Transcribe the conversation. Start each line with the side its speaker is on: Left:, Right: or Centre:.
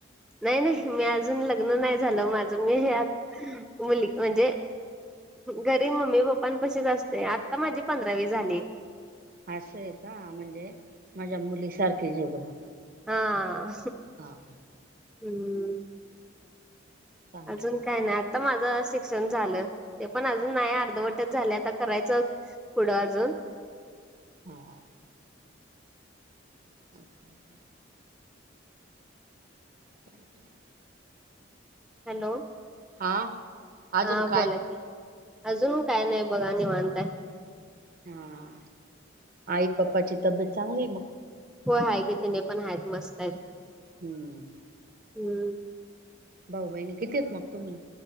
Centre: नाय नाय मी अजून लग्न नाय झालं माझं मी आज मुली म्हणजे घरी मम्मी पप्पां पशीच असते आत्ता माझी पंधरावी झाली.
Right: असंय का म्हणजे माझ्या मुलीसारखीच जे बुआ
Centre: हा.
Right: हां हा.
Centre: हम्म.
Right: चांगलं
Centre: अजून काय नाय आत त माझं शिक्षण झालं ते पण अजून नाय अर्धवटच झालय आता करायचं पुढं अजून
Right: हा हा असय कां <unintelligible>
Centre: हॅलो
Right: हा अजून
Centre: हा
Right: काय
Centre: बोला की
Right: मग?
Centre: अजून काय नाय बघा निवांत हाय.
Right: हा आई पप्पाची तब्येत चांगली आहे मग.
Centre: होय हाय की त्यांनी पण आहेत मस्त आहेत.
Right: हम्म.
Centre: हम्म.
Right: भाऊ बहिणी किती हाईत मग तुम्ही?